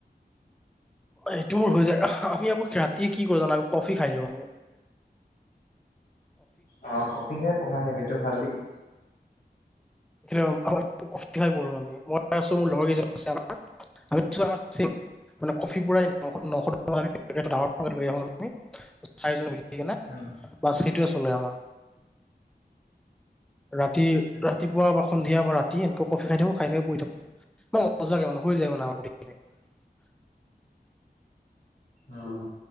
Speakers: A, in the centre; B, on the left.
A: এইটো মোৰ হৈ যায় আমি আকৌ ৰাতিয়ে কি কৰ জানো আমি কফি খাই লো আৰু
B: অ কফিহে পঢ়াই <unintelligible> সেইটো ভালে দেই
A: <unintelligible> কফি খাই বহুত ভাল লাগে মই আছো মোৰ লগৰ কেইজন আছে আমাৰ আৰু <unintelligible> মানে কফি পোৰাই নাই নশ নশ টকা দি পেকেটটো ডাঙৰ পেকেট লৈ আহো আমি চাৰিজন মিলি উঠিকেনে
B: উম
A: বাচ সেইটোৱে আ চলে আমা ৰাতি
B: আচ্ছা।
A: ৰাতিপুৱা বাখন কেতিয়াবা ৰাতি এনেকুৱা কফি খাই থাকো খাই থাক পঢ়ি থাকো <unintelligible> মানে হৈ যায় মানে <unintelligible>
B: অহ